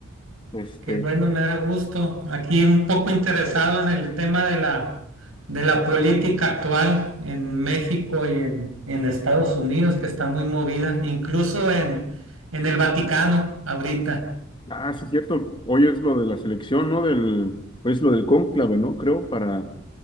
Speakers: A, on the left; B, on the right.
A: Este,
B: Qué bueno, me da gusto. Aquí un poco interesado en el tema de la, de la política actual en México y en, en Estados Unidos, que está muy movida, incluso en, en el Vaticano ahorita.
A: ah, sí es cierto, hoy es lo de la selección, ¿no? Del, hoy es lo del cónclave, ¿no? Creo, para,